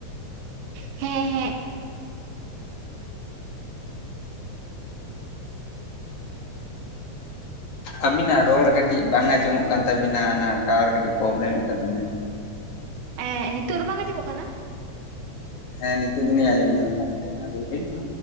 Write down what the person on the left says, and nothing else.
ᱟᱵᱤᱱᱟᱜ ᱨᱚᱲ ᱠᱟᱹᱴᱤᱡ ᱵᱟᱝ ᱟᱸᱡᱚᱢᱚᱜ ᱠᱟᱱ ᱛᱟᱵᱤᱱᱟ ᱚᱱᱟ ᱴᱟᱣᱟᱨ ᱠᱟᱹᱴᱤᱡ ᱯᱚᱵᱞᱮᱢ ᱮᱫ ᱛᱟᱵᱤᱱᱟᱭ᱾
ᱦᱮᱸ, ᱱᱤᱛᱚᱜ ᱫᱚᱞᱤᱧ ᱟᱸᱡᱚᱢ ᱧᱟᱢ ᱮᱫᱟ, ᱱᱤᱛᱚᱜ ᱢᱟ ᱞᱟᱹᱭ ᱵᱤᱱ।